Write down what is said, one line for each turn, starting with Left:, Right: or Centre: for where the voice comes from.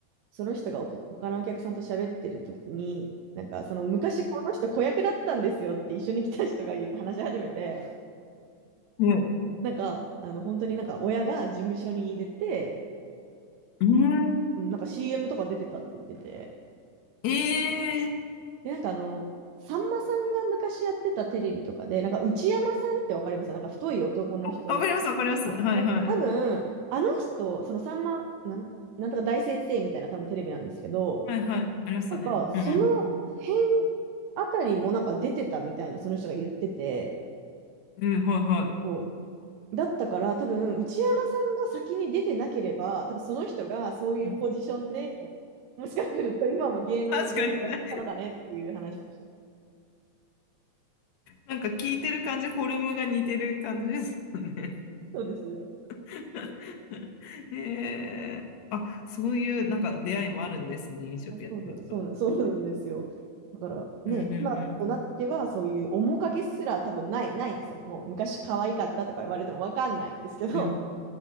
Right: その人がお客他のお客さんと喋ってる時に、なんか、その昔この人子役だったんですよって一緒に来た人が話し始めて、
Left: はい。
Right: なんか、あの、本当になんか親が事務所に入れて、
Left: うーん。
Right: んなんか CM とか出てたって言ってて、
Left: ええー。
Right: で、なんかあの、さんまさんが昔やってたテレビとかで、なんか内山さんってわかりますなんか太い男の人。
Left: あわかります、わかります。
Right: わかりまた多分、
Left: はいはい。
Right: あの人、そのさんま、なん、なんとか大先生みたいな多分テレビなんですけど、
Left: はいはい。ありましたね。
Right: なんか、その辺
Left: うんうん。
Right: あたりもなんか出てたみたいな、その人が言ってて、
Left: うん、はいはい。
Right: こうだったから多分、内山さんが先に出てなければ、多分その人がそういうポジションで、
Left: うん。
Right: もしかすると今も芸能でやってたのかねっていう話でした。
Left: 確かにね。なんか聞いてる感じ、フォルムが似てる感じですもんね。
Right: そうですね。
Left: <laughs> へえ。あ、そういうなんか出会いもあるんですね、飲食やってると。
Right: あそうな、<laughs> そうな、そうなんですよ。だからね、
Left: うんうんうん。
Right: 今となってはそういう面影すら多分ない、ないんですよ。もう昔可愛かったとか言われてもわかんないんですけど、
Left: うん